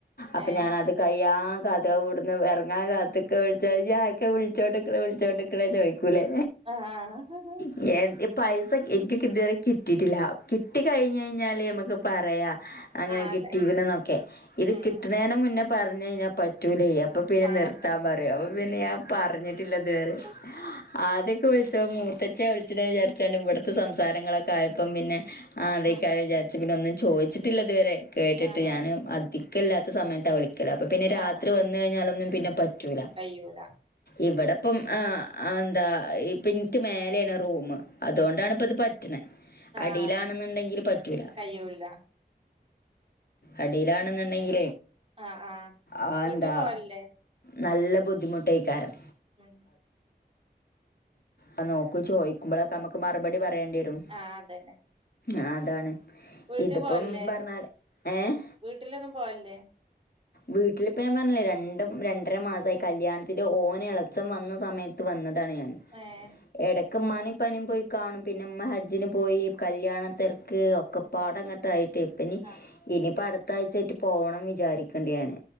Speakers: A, on the left (about 65°); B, on the right (about 35°).
A: അപ്പോ
B: ഏ
A: ഞനത് കയ്യാ കാത്ത് ഇവിട്ന്ന് ഇറങ്ങാൻ കാത്തൊക്കെ വിളിച്ച കഴിഞ്ഞാ ആക്കെ വിളിച്ചോണ്ട് വിളിച്ചോട്ട ക്ക്ണെ ചോയ്ക്കൂലേ
B: ആഹ് ആഹ്
A: <unintelligible> പൈസ എനിക്ക് ഇതുവരെ കിട്ടിയിട്ടില്ല കിട്ടി കഴിഞ്ഞ് കഴിഞ്ഞാല് ഞമക്ക് പറയാം അങ്ങനെ
B: ആ അതന്നെ
A: കിട്ടിയിന്നൊക്കെ ഇത്
B: ഉം
A: കിട്ടുന്നതിന്
B: ഉം
A: മുന്നേ പറഞ്ഞയിഞ്ഞാൽ പറ്റൂലയ് അപ്പൊ പിന്നെ
B: ആഹ്
A: നിർത്താ
B: അതന്നെ
A: പറയും അപ്പൊ പിന്നെ ഞാൻ പറഞ്ഞിട്ടില്ല ഇതുവരെ.
B: ഉം
A: ആദ്യൊക്കെ വിളിച്ച മൂത്തിച്ച വിളിച്ചിട്ട വിചാരിച്ചാണ്ട് ഇവിടുത്തെ സംസാരങ്ങളൊക്കെ ആയപ്പം പിന്നെ ആ അതേക്കാരം
B: ആഹ്
A: വിചാരിച്ചു പിന്നെ ഒന്നും ചോദിച്ചിട്ടില്ല ഇതുവരെ കേട്ടിട്ട്
B: ആഹ് ആഹ്
A: ഞാന് അധിക്കല്ല സമയത്താ വിളിക്കല് അപ്പൊ പിന്നെ രാത്രി
B: ആഹ്
A: വന്ന് കഴിഞ്ഞാലൊന്നും പിന്നെ പറ്റൂല.
B: കയ്യൂല
A: ഇവിടെ ഇപ്പം ഏഹ് എന്താ ഇപ്പ എൻറ്റ് മേലേണ് റൂമ് അതു കൊണ്ടാണ് ഇപ്പൊ ഇത് പറ്റിണ.
B: ആഹ്
A: അടീലാണെന്നുണ്ടെങ്കില്
B: അതെ
A: പറ്റൂല.
B: കയ്യൂല
A: അടിയിലാണുന്നെണ്ടെങ്കി
B: ആഹ് ആഹ്
A: ആഹ്
B: വീട്ട്
A: ന്താ
B: പോവലില്ലേ
A: നല്ല ബുദ്ധിമുട്ടേകാരം.
B: ഉം
A: ആഹ് നോക്കു ചോയിക്കുമ്പോളൊക്കെ അമ്മക്ക് മറുപടി പറയേണ്ടിരും.
B: ആഹ് അതന്നെ.
A: ആഹ് അതാണ്
B: വീട്ട്
A: ഇതിപ്പം
B: പോവലില്ലേ
A: പറഞ്ഞാല് ഏഹ്.
B: വീട്ടിലൊന്നും പോവലില്ലേ
A: വീട്ടിലിപ്പം ഞാൻ പറഞ്ഞില്ലേ രണ്ടും രണ്ടര മാസായി കല്ല്യാണത്തിന് ഓന് എളെച്ചം വന്ന സമയത ത്ത് വന്നതാണ് ഞാൻ
B: ഏഹ്
A: എടക്ക് ഇമ്മാനി ഇപ്പാനീം പോയി കാണും പിന്നെമ്മ ഹജ്ജിന് പോയി കല്യാണത്തെരക്ക് ഒക്കെ പാടെങ്ങട്ടായിറ്റെ ഇപ്പനി
B: ആഹ്
A: ഇനി പടത്ത് ത്തഴ്ച്ചായിറ്റ് പോണം വിചാരിക്ണ്ട് ഞാന്